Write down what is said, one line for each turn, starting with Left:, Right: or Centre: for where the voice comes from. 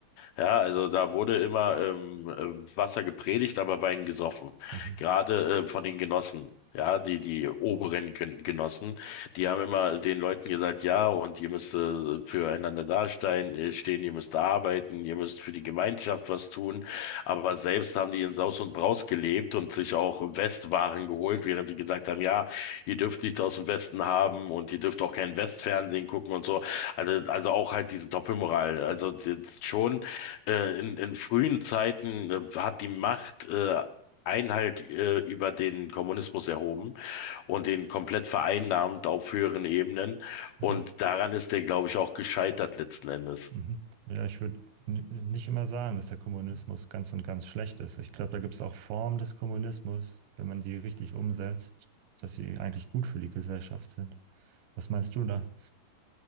Left: Ja, also da wurde immer ähm, äh, Wasser gepredigt, aber Wein gesoffen.
Right: Mhm.
Left: Gerade äh, von den Genossen. Ja, die, die oberen Gen Genossen, die haben immer den Leuten gesagt, ja, und ihr müsst äh, füreinander dastehen, äh, stehen, ihr müsst arbeiten, ihr müsst für die Gemeinschaft was tun. Aber selbst haben die in Saus und Braus gelebt und sich auch Westwaren geholt, während sie gesagt haben, ja, ihr dürft nicht aus dem Westen haben und ihr dürft auch kein Westfernsehen gucken und so. Also, also auch halt diese Doppelmoral. Also das schon äh, in, in frühen Zeiten äh, hat die Macht äh, Einhalt äh, über den Kommunismus erhoben und den komplett vereinnahmt auf höheren Ebenen.
Right: Ja.
Left: Und daran ist der, glaube ich, auch gescheitert letzten Endes.
Right: Mhm. Ja, ich würde nicht immer sagen, dass der Kommunismus ganz und ganz schlecht ist. Ich glaube, da gibt es auch Formen des Kommunismus, wenn man die richtig umsetzt, dass sie eigentlich gut für die Gesellschaft sind. Was meinst du da?